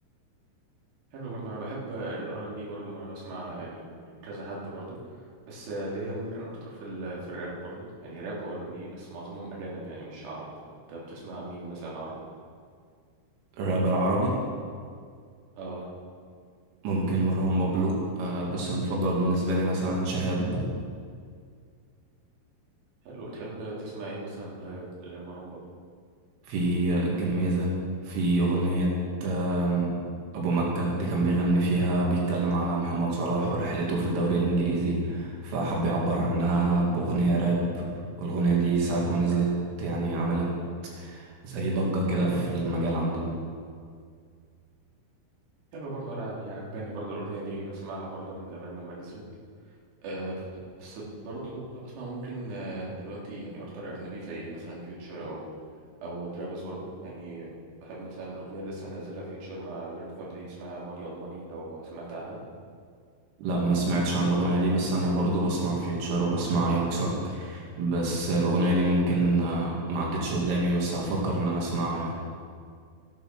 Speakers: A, on the right (about 60°); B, on the right (about 85°).
A: حلو برضه انا بحب الار ام بي برضه انا بسمع يعني كذا حد برضه بس آه، ليا ممكن اكتر في ال في الراب برضه يعني راب وار ام بي بس معظمهم اجانب يعني مش عرب انت بتسمع مين مثلا عربي؟
B: رابر عربي
A: اه
B: ممكن مروان بابلو آه، بس المفضل بالنسبه لي مثلا شهاب
A: حلو بتحب تسمع ايه مثلا ل- لمروان بابلو؟
B: في الجميزة في أغنية آم، أبو مكة دي كان بيغني فيها بيتكلم على محمد صلاح ورحلته في الدوري الإنجليزي فحب يعبر عنها بأغنية راب والأغنية دي ساعة ما نزلت يعني عملت زي ضجة كده في المجال عندنا
A: حلو برضه انا يعني عجباني برضه الاغنية دي بسمعها برضه من زمان لما نزلت آه، بس برضه بسمع ممكن آه، دلوقتي يعني اكتر اجنبي زي مثلا فيوتشر او او ترافيس برضو يعني بحب مثلا الاغنيه اللي لسه منزلها فيوتشر مع يونفر دي اسمها ماني اون ماني لو سمعت عنها
B: لا ما سمعتش عن الأغنية دي بس أنا برضو بسمع فيوتشر وبسمع يانج سوج بس الأغنية دي ممكن آه، ما عدتش قدامي بس هفكر إن أنا أسمعها يعني